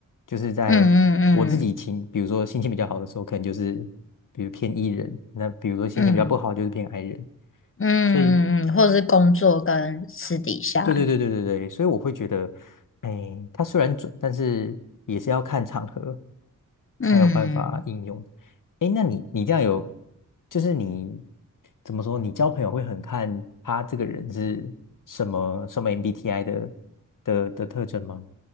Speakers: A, on the left (about 70°); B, on the left (about 40°).
A: 就是在我自己情，
B: 嗯嗯嗯
A: 比如说心情比较好的时候，可能就是比如偏 E 人，那比如说心情比较不好就是偏
B: 嗯
A: I 人，
B: 嗯嗯嗯，
A: 所以
B: 嗯或是工作跟私底下。
A: 对对对对对对，所以我会觉得，哎，它虽然准，但是也是要看场合
B: 嗯，
A: 才有办法应用。哎，那你你这样有，就是你怎么说，你交朋友会很看他这个人是什么什么 MBTI 的的的特征吗？